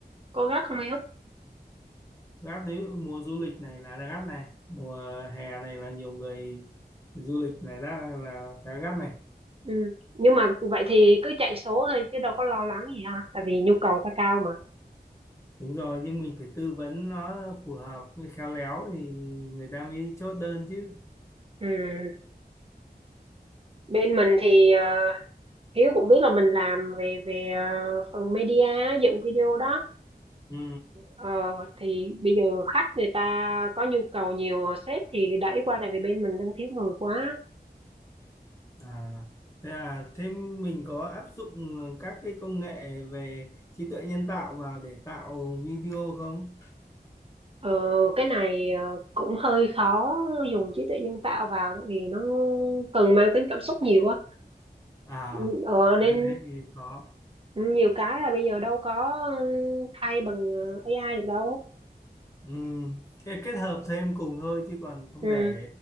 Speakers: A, on the right; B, on the left.
A: Có gắt không Hiếu?
B: Gác đấy mùa du lịch này là gắt này, mùa hè này là nhiều người du lịch là đã là khá gắt này.
A: Ừ. Nhưng mà vậy thì cứ chạy số thôi chứ đâu có lo lắng gì ha, tại vì nhu cầu ta cao mà.
B: Đúng rồi, nhưng mình phải tư vấn nó phù hợp với khéo léo thì người ta mới chốt đơn chứ.
A: Ừ. Bên mình thì ờ, Hiếu cũng biết là mình làm về về ờ, phần media dựng video đó.
B: Ừ.
A: Ờ, thì bây giờ khách người ta có nhu cầu nhiều sếp thì đẩy qua tại vì bên mình đang thiếu người quá.
B: À, thế là thêm mình có áp dụng các cái công nghệ về trí tuệ nhân tạo vào để tạo video không?
A: Ờ, cái này ờ, cũng hơi khó dùng trí tuệ nhân tạo vào tại vì nó cần mang tính cảm xúc nhiều á.
B: À,
A: Ừ, Ờ, nên
B: nếu thế thì khó.
A: nhiều cái là bây giờ đâu có ừ, thay bằng ờ, AI được đâu
B: Ừ. Thế kết hợp thêm cùng thôi chứ còn không
A: ừ.
B: thể